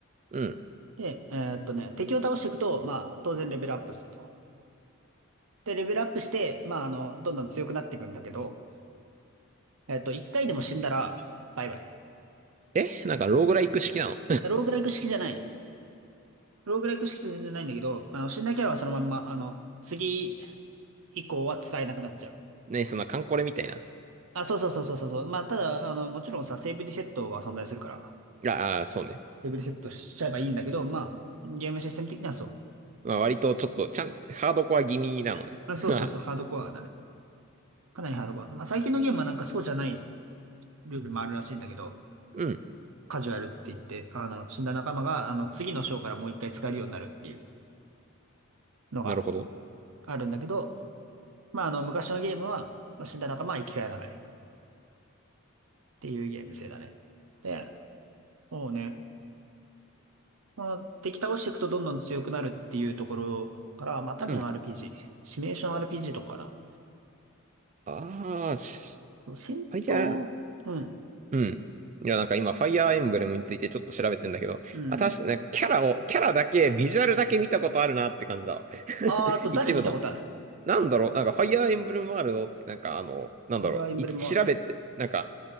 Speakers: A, on the right; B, on the right.
A: うん。
B: で、えっとね、敵を倒していくと、まあ、当然レベルアップすると。で、レベルアップして、まあ、あの、どんどん強くなっていくんだけど、えっと、一回でも死んだら、バイバイ。で
A: えなんか、ローグライク式なの
B: ローグライク式じゃない。ローグライク式じゃ全然ないんだけど、あの、死んだキャラはそのまんま、あの、次以降は使えなくなっちゃう。
A: <laughs> 何、そんなカンコレみたいな。
B: あ、そうそうそうそうそうそう。まあ、ただ、あの、もちろんさ、セーブリセットは存在するから。
A: ああ、そうね。
B: レベルセットしちゃえばいいんだけど、まあ、ゲームシステム的にはそう。
A: まあ、割とちょっと、ちゃん、ハードコア気味なのね。
B: まあ、
A: <laughs>
B: そうそうそう、ハードコアだね。かなりハードコア。まあ、最近のゲームはなんかそうじゃないルールもあるらしいんだけど、
A: うん。
B: カジュアルって言って、あの、死んだ仲間が、あの、次の章からもう一回使えるようになるっていうのが
A: なるほど。
B: あるんだけど、まあ、あの、昔のゲームは、まあ、死んだ仲間は生き返らないっていうゲーム性だね。で、もうね、まあ、敵倒していくとどんどん強くなるっていうところから、まあ、多分
A: うん。
B: RPG、シミュレーション RPG とかか
A: ああ、し
B: な。戦闘、
A: ファイヤー、
B: うん。
A: うん。いや、なんか今、ファイヤーエンブレムについてちょっと調べてんだけど、
B: うん。
A: あ、確かにね、キャラを、キャラだけ、ビジュアルだけ見たことあるなって感じだわ。
B: あー、
A: <laughs>
B: あと誰見たことある
A: 一部の。なんだろう、なんか、ファイヤーエンブレムワールドって、なんか、あの、なんだろう、
B: ファイヤーエンブレムワールド。
A: い調べて、なんか、